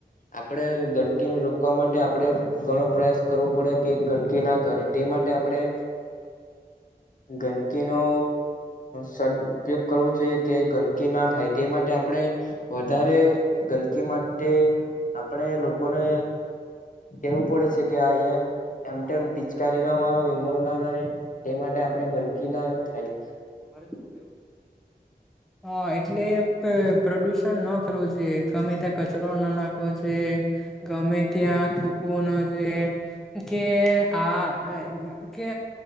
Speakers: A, on the left (about 55°); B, in the centre.
A: આપડે ગંદકીને રો કવા માટે આપડે ઘણો પ્રયાસ કરવો પડે કે ગંદકી ના કરે તે માટે આપડે ગંદકી નો સદ ઉપયોગ કરવો જોઈએ કે ગંદકી ના થાય તે માટે આપણે વધારે ગંદકી માટે આપણે લોકોને કેવું પડે છે કે અહિયાયા એમમ પિચકારી ના મારો ના ના તે માટે આપણે ગંદકી ના થાય
B: મારે શું કેવું હા એટલે પ્રદુષણ ન કરવું જોઈએ ગમે ત્યાં કચરો ના નાખવો જોઈએ ગમે ત્યાં કો ન જે કે આ કે